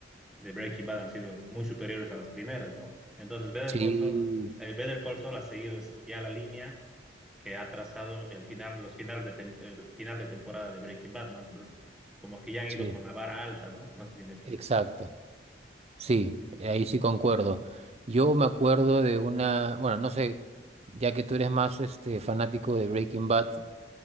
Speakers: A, in the centre; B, on the right.
A: de Breaking Bad han sido muy superiores a las primeras, ¿no? Entonces, Better
B: Sí,
A: Call Saul, eh, Better Call Saul ha seguido es- ya la línea que ha trazado el final, los finales de tem- el final de temporada de Breaking Bad, ¿no? Entonces, como que ya han
B: sí,
A: ido con la vara alta, ¿no? No sé si me explico.
B: exacto. Sí, ahí sí concuerdo. Yo me acuerdo de una, bueno, no sé, ya que tú eres más este fanático de Breaking Bad,